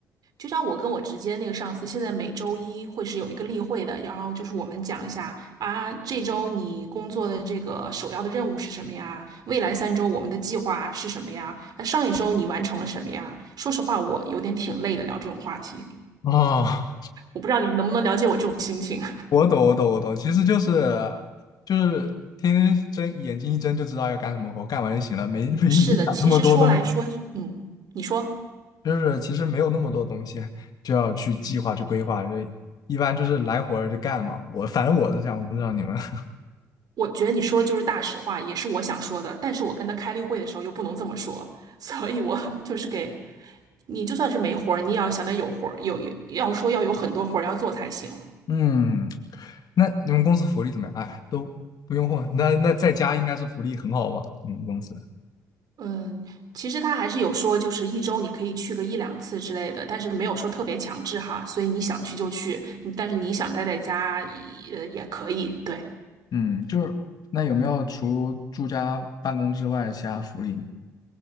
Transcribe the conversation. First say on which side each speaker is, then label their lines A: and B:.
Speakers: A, on the right; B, on the left.
A: 就像我跟我直接那个上司，现在每周一会是有一个例会的，然后就是我们讲一下啊，这周你工作的这个首要的任务是什么呀？未来三周我们的计划是什么呀？啊上一周你完成了什么呀？说实话，我有点挺累的聊这种话题，
B: 不一样哦
A: 我不知道你们能不能了解我这种心情。
B: <laughs>，我懂我懂我懂，其实就是就是天天睁眼睛一睁就知道要干什么活，干完就行了，没没没想那么多东西。
A: 是的，其实说来说，嗯，你说，
B: 就是其实没有那么多东西就要去计划去规划，就一般就是来活儿就干嘛。我反正我是这样，我不知道你们。<laughs>
A: 我觉得你说的就是大实话，也是我想说的。但是我跟他开例会的时候又不能这么说，<laughs> 所以我 <laughs> 就是给你，就算是没活儿，你也要想得有活儿，有有要说要有很多活儿要做才行。
B: 嗯，那你们公司福利怎么样？哎，都不用问。那那在家应该是福利很好吧？你们公司？
A: 嗯，其实他还是有说，就是一周你可以去个一两次之类的，但是没有说特别强制哈，所以你想去就去，你但是你想待在家也呃也可以，对。
B: 嗯，就是那有没有除住家办公之外的其他福利？